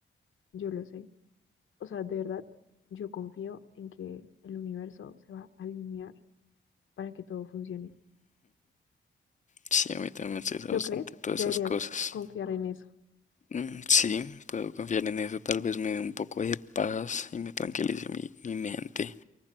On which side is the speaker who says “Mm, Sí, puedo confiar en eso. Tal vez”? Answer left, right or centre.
Left